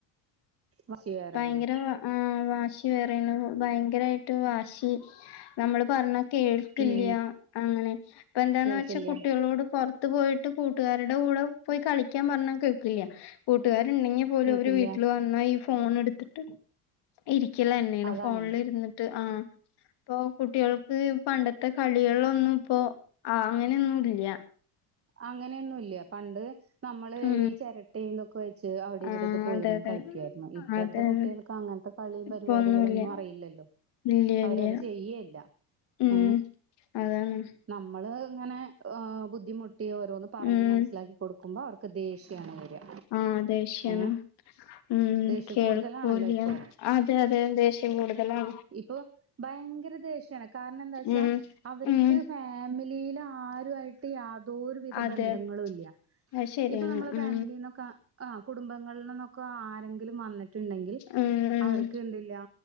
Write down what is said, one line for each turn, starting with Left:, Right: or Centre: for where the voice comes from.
Right: വാശി വേറെയാണ്
Left: ഭയങ്കര വാ ആഹ് വാശി വേറെ ആണ് ഭയങ്കരായിട്ട് വാശി നമ്മള് പർഞ്ഞാ കേൾക്കില്ല
Right: ഉം
Left: അങ്ങനെ. ഇപ്പ എന്താന്ന്
Right: കേൾക്കില്ല
Left: വെച്ചാ കുട്ടികളോട് പൊർത്ത് ത്ത് പോയിട്ട് കൂട്ടുകാരുടെ കൂടെ പോയി കളിക്കാൻ പറഞ്ഞാൽ കേൾക്കില്ല കൂട്ടുകാരുണ്ടെങ്കിൽ പോലും
Right: കേക്കില്ല
Left: അവരു വീ വന്നാ ഈ ഫോൺ എട്ത്തിട്ട് ഇരിക്കലെന്നേണ്
Right: അതാണേ
Left: ഫോണിൽ ഇരുന്നിട്ട് ആഹ് ഇപ്പൊ കുട്ടികൾക്ക് പണ്ടത്തെ കളികളൊന്നും ഇപ്പോ അ അങ്ങനെ ഒന്നും ഇല്യാ.
Right: അങ്ങനെയൊന്നും ഇല്യാ. പണ്ട് നമ്മള്
Left: ഉം
Right: ഈ ചെരട്ടയു ഇതൊക്കെ അപ്പോവെച്ച് അവിടെ ഇവിടെയൊക്കെ
Left: ആ
Right: പോയിരുന്നു
Left: അതെ അതെ
Right: കളിക്ക്യായിരുന്നു. ഇപ്പോളെത്തെ
Left: അതെ
Right: കുട്ടികൾക്ക്
Left: അതെ
Right: അങ്ങനത്തെ പളിയും
Left: ഇപ്പൊ
Right: പരിപാടികളൊന്നും
Left: ഒന്നുല്ല
Right: അറിയില്ലല്ലോ.
Left: ഇല്ല
Right: അവരത്
Left: ഇല്ല
Right: ചെയ്യെല്ല
Left: ഉം
Right: ഏഹ്
Left: അതാണ്
Right: നമ്മള് ഇങ്ങനെ ബുദ്ധിമുട്ട് കുട്ടി ഓരോന്ന് പറഞ്ഞ്
Left: ഉം
Right: മനസ്സിലാക്കി കൊടുക്കുമ്പോ അവർക്ക് ദേഷ്യാണ് വരിക
Left: ആ ദേഷ്യം
Right: ഏ
Left: ആണ്
Right: ദേഷ്യ
Left: കേൾക്കൂല
Right: കൂടുതലാണല്ലോ ഇപ്പൊ
Left: അതെ അതെ കൂടുതലാ
Right: പ്പോ ഭയങ്കര ദേഷ്യാണ് കാരണം എന്താച്ചാ
Left: ഉം
Right: അവര്ക്ക്
Left: ഉം
Right: ഫാമിലിയിൽ ആരുയായിട്ട് തോ ഒരു വിധ
Left: അതെ
Right: ബന്ധങ്ങളും ഇല്ല
Left: അത് ശരിയാണ്
Right: ഇപ്പൊ നമ്മള
Left: ഉം
Right: ഫാമിലിന്നൊക്ക ആഹ് കുടുംബങ്ങളിൽ നിന്നൊക്കെ ആരെങ്കിലും വന്നി ട്ട്ണ്ടങ്കിൽ
Left: ഉം ഉം
Right: അവർക്ക് എന്ത് ല്ലാ